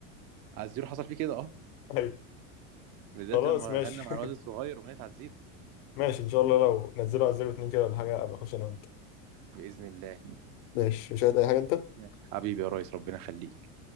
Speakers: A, on the right; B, on the left.
A: عزيرو حصل فيه كده اه
B: <laughs> ايوه
A: بالذات
B: خلاص
A: لما
B: ماشي
A: غنى مع الواد
B: <laughs>
A: الصغير اغنيه عزيرو
B: ماشي ان شاء الله لو نزلوا على 02 كده ولا حاجه ابقى اخش انا وانت
A: باذن الله
B: ماشي مش عايز اي حاجه انت
A: ماشي. حبيبي يا ريس ربنا يخليك